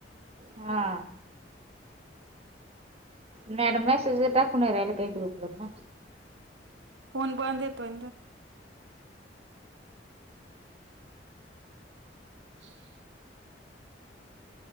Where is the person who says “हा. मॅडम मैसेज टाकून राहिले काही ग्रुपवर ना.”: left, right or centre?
Right